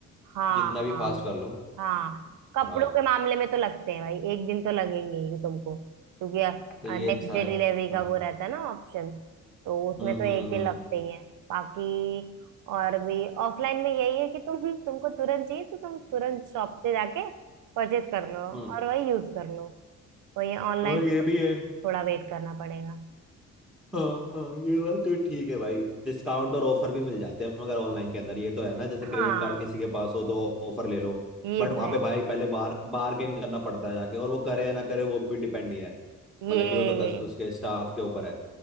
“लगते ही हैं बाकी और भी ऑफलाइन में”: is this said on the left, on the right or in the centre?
Right